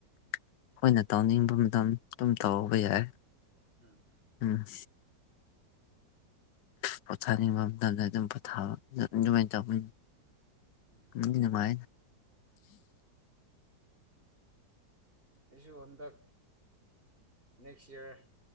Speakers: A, on the left; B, on the right.
A: ꯑꯩꯈꯣꯏꯅ ꯇꯧꯅꯤꯡꯕ ꯃꯇꯝ ꯑꯗꯨꯝ ꯇꯥꯎꯧꯕ ꯌꯥꯏ
B: ꯎꯝ
A: ꯎꯝ ꯄꯣꯊꯥꯅꯤꯡꯕ ꯃꯇꯝꯗ ꯑꯗꯨꯝ ꯄꯣꯊꯥꯕ ꯑꯗꯨꯃꯥꯏꯅ ꯇꯧꯅꯤ
B: ꯎꯝ
A: ꯃꯗꯤ ꯃꯥꯏ
B: ꯑꯩꯁꯨ ꯍꯟꯗꯛ ꯅꯦꯛꯁ ꯏꯌꯥꯔ